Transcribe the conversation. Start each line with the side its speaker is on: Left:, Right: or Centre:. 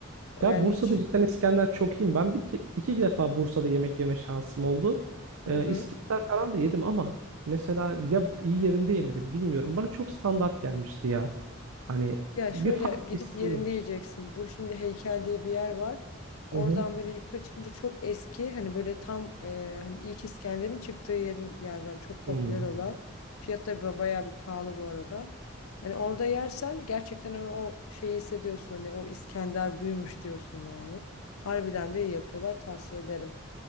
Left: O
Right: Ya
Left: Yani
Right: Bursa'da
Left: hiç.
Right: cidden İskender çok iyiyim. Ben bir iki, iki defa Bursa'da yemek yeme şansım oldu.
Left: Hı
Right: Ee,
Left: hı.
Right: İskender falan da yedim ama mesela ya iyi yerinde yemedim bilmiyorum. Bana çok standart gelmişti ya. Hani
Left: Ya şöyle
Right: bir fark
Left: gidip
Right: hissedememiştim.
Left: yerinde yiyeceksin. Bu şimdi heykel diye bir yer var. Oradan
Right: Hı hı.
Left: böyle yukarı çıkınca çok eski hani böyle tam e, hani ilk İskender'in çıktığı yer, yer var. Çok popüler
Right: Hmm.
Left: olan. Fiyat da ba- bayağı bir pahalı bu arada. Hani orada yersen gerçekten hani o şeyi hissediyorsun hani o İskender büyümüş diyorsun yani. Harbiden de iyi yapıyorlar tavsiye ederim.